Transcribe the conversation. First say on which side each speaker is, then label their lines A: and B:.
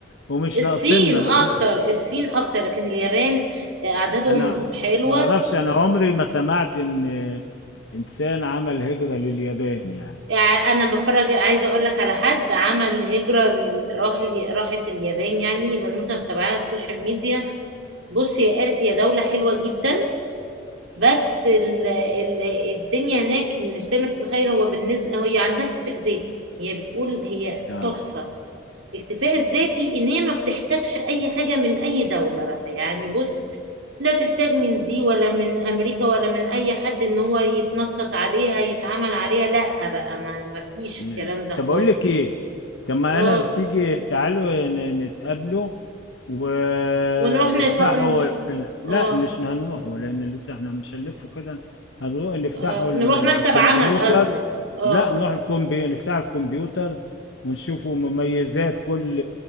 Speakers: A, on the left; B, on the right.
A: ومش
B: الصين
A: ناقصيننا
B: اكتر
A: ما في
B: الصين اكتر لكن اليابان آه، اعدادهم
A: انا
B: حلوه
A: ما اعرفش انا عمري ما سمعت ان انسان عمل هجرة لليابان يعني
B: يعني انا بتفرج عايزه اقول لك على حد عمل هجره لل- راح ال- راحت اليابان يعني بنوته متابعاها على السوشيال ميديا بصي هي قالت هي دوله حلوه جدا بس ال... ال... الدنيا هناك مش زي ما تتخيل هو بالنسبه هي عندها اكتفاء ذاتي هي بتقول هي
A: اه
B: تحفه الاكتفاء الذاتي ان هي ما بتحتاجش اي حاجه من اي دوله بقى يعني بص لا تحتاج من دي ولا من امريكا ولا من اي حد ان هو يتنطط عليها يتعامل عليها لا بقى ما ما فيش
A: ماشي
B: الكلام ده خالص
A: طب اقول لك ايه طب ما
B: اه
A: انا تيجي تعالوا ن- نتقابلوا ونفتحوا
B: ونروح نف... ن-
A: ال- لا
B: اه
A: مش هنروحوا لان لسه احنا مش هنلفوا كده هنروح نفتحوا
B: اه نروح
A: الكمبيوتر
B: مكتب عمل قصدي اه
A: لا نروح الكمبي نفتح الكمبيوتر ونشوفوا مميزات كل